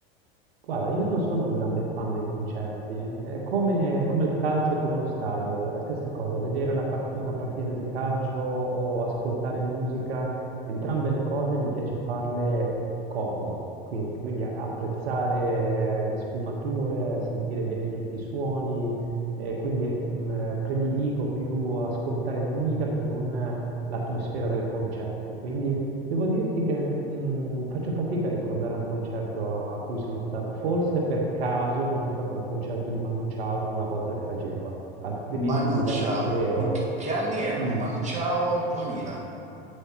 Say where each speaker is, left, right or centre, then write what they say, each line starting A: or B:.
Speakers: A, on the right; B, on the right.
A: Guarda, io non sono un grande fan dei concerti, è come come il calcio e come lo stadio, è la stessa cosa, vedere la part una partita di calcio o ascoltare musica, entrambe le cose mi piace farle comodo, quin quindi a- apprezzare eh, le sfumature, sentire bene tutti i suoni, e quindi, mhmm, prediligo più ascoltare musica che non eh, l'atmosfera del concerto. Quindi Devo dirti che mh, faccio fatica a ricordare un concerto a, a cui sono stato, forse per caso sono stato a un concerto di Manu Chao una volta che era a Genova, altrimenti
B: Manu
A: direi
B: Chao.
A: zero.
B: In che che anni erano?
A: Mm.
B: Manu Chao 2000.